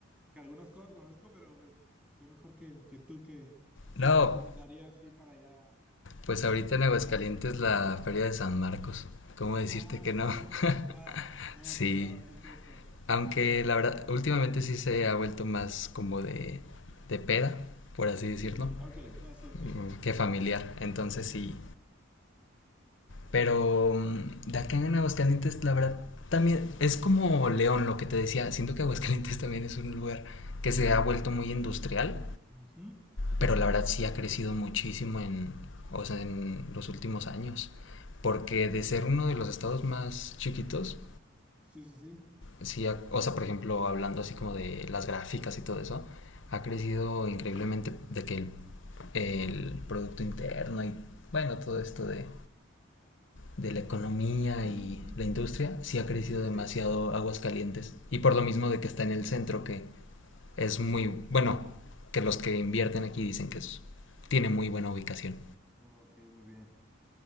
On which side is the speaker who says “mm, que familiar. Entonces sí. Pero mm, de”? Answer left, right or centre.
Left